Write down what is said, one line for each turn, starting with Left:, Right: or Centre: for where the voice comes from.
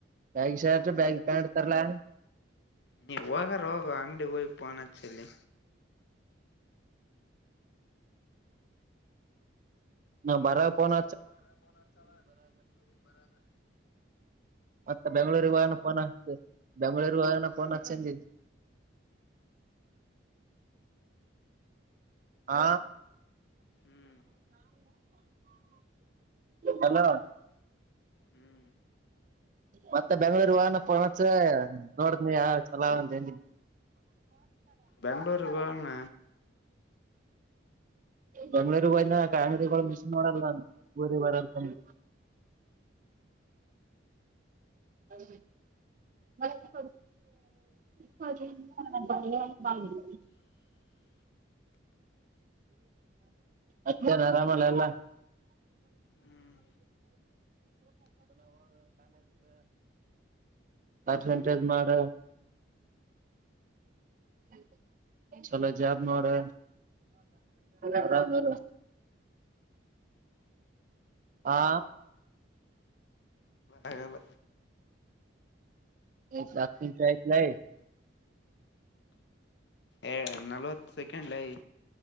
Right: ಬ್ಯಾಗಿ ಶರ್ಟ್
Left: ಹ್ಮ
Right: ಬ್ಯಾಗಿ ಪ್ಯಾಂಟ್ ತರ್ಲಾ
Left: ನೀ ಹೋಗಾರ ಹೋಗು ಅಂಗಡಿಗೆ ಹೋಗಿ ಫೋನ್ ಅಚ್ಚಿರೋ
Right: ನ ಬಾರ ಪೋನ
Left: ನ ಬರ ಪೋನ ಅಚ್ಚಳ ಉ ಬರಾಗ
Right: ಮತ್ತ ಬೆಂಗಳೂರಿ ವ ಪೋನ ಬೆಂಳೂರಿಗೆ ಹೋಗೋಣ ಫೋನ ಅಚ್ಚಿ ಹ ಹಾ
Left: ಹ್ಮ್
Right: ಹಲೋ <inaudible>
Left: ಹ್ಮ್
Right: ಮತ್ತೆ ಬೆಂಗಳೂರು ಹೋದಾಗ ಫೋನ್ ಅಚ್ಚರಿ ನೋಡತನಿ ಯಾವ ಚಲಾವ ಅಂತ
Left: ಬೆಂಗಳೂರು ಗೆ ಹೋಗೋಣ
Right: ಬೆಂಗಳೂರು ಗಿ ಇ ಅಂಗಡಿಗಳ ಮಿಸ್ ಮಾಡಲ್ಲ ನ ಬೆಂಗಳೂರು ಅಲ್ಲಿ ಹ ಮತ್ತ <inaudible> ಅತ್ತ ಆರಾಮಲ್ಲ ಎಲ್ಲ <inaudible>
Left: ಹ್ಮ್
Right: ಪರ್ಸೆಂಟೆಜ ಮಾಡ <inaudible> ಚಲೋ ಜಾಬ್ ನೋಡು ಆರಾಮ್ ಇರು ಹಾ
Left: ಅಲ್ಲ
Right: ಹತ್ತು ನಿಮಿಷ ಆಯ್ತುಲೆ
Left: ಏ ನಲವತ್ತು ಸೆಕೆಂಡ್ ಲೆ